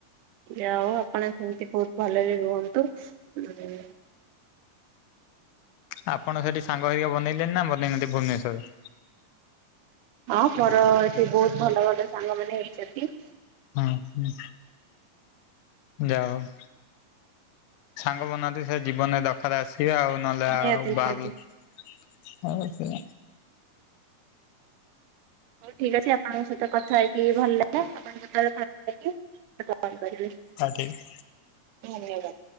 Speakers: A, on the right (about 80°); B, on the left (about 80°).
A: ଯା ଆଉ ଆପଣ ସେମିତି ବହୁତ ଭଲରେ ରୁହନ୍ତୁ। ଉ
B: ଆପଣ ସେଠି ସାଙ୍ଗ ହେଇିକି ବନେଇଲେଣି ନା ବନେଇନାନ୍ତି ଭୁବନେଶରରେ
A: ହଁ ମୋର ଏଠି ବହୁତ ଭଲ ଭଲ ସାଙ୍ଗ ମାନ ହେଇଛନ୍ତି।
B: ହଁ ହଁ ଯା ହୋଉ ସାଙ୍ଗ ବନାନ୍ତି ସେ ଜୀବନରେ ଦଖାରେ ଆସିବେ ଆଉ ନହେଲେ
A: ନିହାତି
B: ଆଉ
A: ନିହାତି
B: ବାହାର ହଉ ହଉ ସେ
A: ହଉ ଠିକ୍ ଅଛି ଆପଣଙ୍କ ସହିତ କଥା ହେଇକି ଭଲ ଲାଗିଲା ଆପଣ ଯେତେବେଳେ ଭଲ ଲାଗି କଲ କରିବେ
B: ହଁ ଠିକ୍
A: ଧନ୍ୟବାଦ